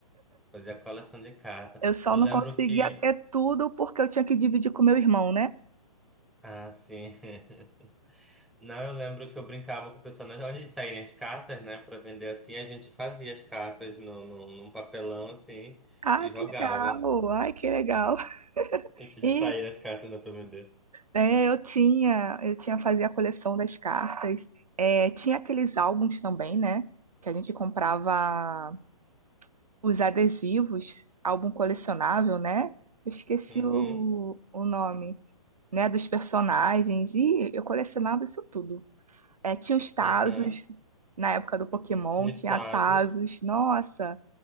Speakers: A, in the centre; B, on the right.
A: Fazia coleção de carta.
B: Eu só
A: Eu
B: não
A: lembro
B: conseguia
A: que.
B: ter tudo porque eu tinha que dividir com meu irmão, né?
A: Ah, sim. <laughs> Não, eu lembro que eu brincava com o pessoal. nós Antes de saírem as cartas, né, pra vender assim, a gente fazia as cartas no, no, num papelão assim
B: Ah,
A: e
B: que
A: jogava.
B: legal! Ai, que legal! <laughs>
A: Antes de
B: E
A: saírem as cartas, né, pra vender.
B: é, eu tinha, eu tinha fazia a coleção das cartas. É, tinha aqueles álbuns também, né? Que a gente comprava os adesivos, álbum colecionável, né? Eu esqueci
A: Uhum,
B: o, o nome, né? Dos personagens. E eu colecionava isso tudo. É, tinha os Tazos,
A: aham.
B: na época do Pokémon,
A: Tinha
B: tinha
A: os tazos.
B: Tazos. Nossa,